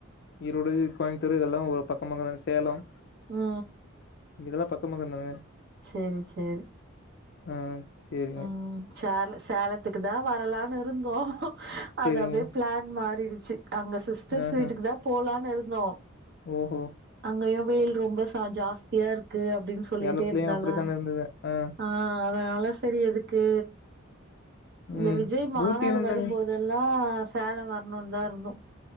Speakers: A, on the left; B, on the right.
A: ஈரோடு கோயம்புத்தூர் இதெல்லா ஒரு பக்க பக்கம்தாங்க சேலம்
B: ம்
A: இதெல்லாம் பக் <unintelligible>
B: செரி செரி
A: ஆஹ் செரிங்க
B: உஹ் சேல சேலத்துக்கு தான் வரலாம்னு இருந்தோம். அது
A: சேரிங்க
B: அப்டியே பிளான் மாறிடுச் அங்க சிஸ்டர்ஸ்
A: ஆஹ
B: வீட்டுக்கு தான் போலாம்னு இரு நோ
A: ஓஹோ
B: நோயோவல் ரொம்ப ச ஜாஸ்தியா இருக்கு. இருக்கு அப்படின்னு சொல்லிட்டே
A: சேலத்துலயு
B: இருந்தாளா
A: அப்படித்தான இருந்தது ஆ
B: ஆஹ் அதனால செரி எதுக்கு இந்த
A: ம்
B: விஜய் மாநாடு
A: ஊட்டி வந்தங்க
B: வரும்போதெல்லாம் சேலம் வரணும்னு தான் இருந்தோம்.